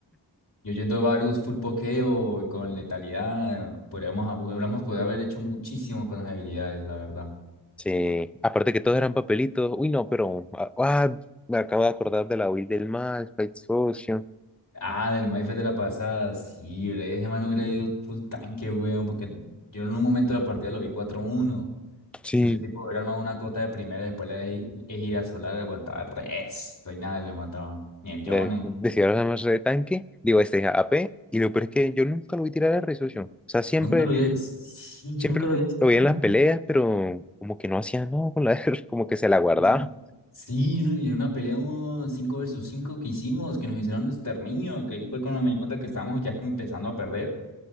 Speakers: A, on the left; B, in the centre.
A: Yo yendo a Varus full pokeo y con letalidad, podríamos, hubiéramos podido haber hecho muchísimo con las habilidades, la verdad.
B: Sí, aparte que todos eran papelitos. Uy, no, pero ah, ah, me acabo de acordar de la Will del Mal, Fight Social.
A: Ah, del Mayfair de la pasada, sí, bre, ese man hubiera ido full tanque, weón, porque yo en un momento de la partida lo vi 4-1.
B: Sí.
A: Si ese tipo hubiera armado una cota de primera, después la e- ejida solar le aguantaba resto y nada, le mataban. Ni el Yone.
B: Le- Decía los demás de tanque, digo, este AP, y lo peor es que yo nunca lo vi tirar a Red O sea, siempre
A: Nunca lo había. Sí, yo
B: Siempre
A: nunca
B: lo
A: lo había hecho
B: lo veía
A: nada.
B: en las peleas, pero como que no hacía nada con la <laughs> R, como que se la guardaba.
A: O sea, sí, en un- y en una pelea uno 5 versus 5 que hicimos, que nos hicieron exterminio, que ahí fue cuando me di cuenta que estábamos ya empezando a perder.